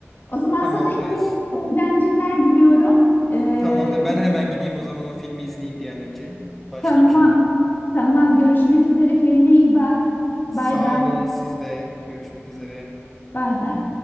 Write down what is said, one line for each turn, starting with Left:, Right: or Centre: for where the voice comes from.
Left: O zaman
Centre: tamamdır.
Left: sana iyi eğlenceler diliyorum. E,
Centre: Tamamdır. Ben hemen gideyim o zaman o filmi izleyeyim bir an önce. Başlayayım
Left: tamam.
Centre: şimdi.
Left: Tamam. Görüşmek üzere. Kendine iyi bak.
Centre: Sağ
Left: Bay bay.
Centre: olun siz de. Görüşmek üzere.
Left: Bay bay.